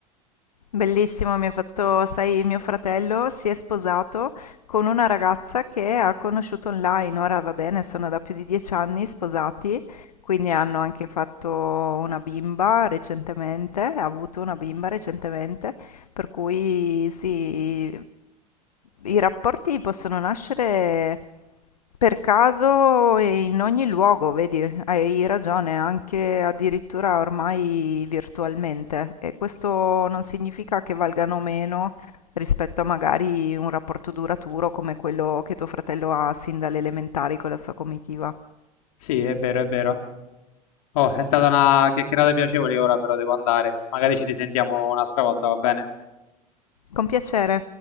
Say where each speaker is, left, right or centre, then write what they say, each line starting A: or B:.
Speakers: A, on the left (about 80°); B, on the left (about 65°).
A: Bellissimo, mi ha fatto, sai, mio fratello si è sposato con una ragazza che ha conosciuto online. Ora va bene, sono da più di dieci anni sposati, quindi hanno anche fatto una bimba recentemente, ha avuto una bimba recentemente per cui sì, i rapporti possono nascere per caso e in ogni luogo, vedi, hai ragione, anche addirittura ormai virtualmente. E questo non significa che valgano meno rispetto a magari un rapporto duraturo come quello che tuo fratello ha sin dalle elementari con la sua comitiva.
B: Sì, è vero, è vero. Oh, è stata una chiacchierata piacevole, ora però devo andare. Magari ci risentiamo un'altra volta, va bene?
A: Con piacere.